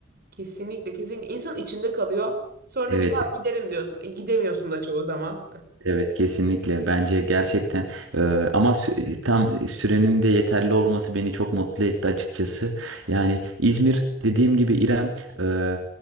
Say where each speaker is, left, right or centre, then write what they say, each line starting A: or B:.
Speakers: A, on the right; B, on the right.
A: Kesinlikle kesinlikle insan içinde kalıyor. Sonra
B: Evet.
A: bir daha giderim diyorsun. E, gidemiyorsun da çoğu zaman.
B: Evet kesinlikle bence gerçekten e, ama sü- tam sürenin de yeterli olması beni çok mutlu etti açıkçası. Yani İzmir dediğim gibi İrem e,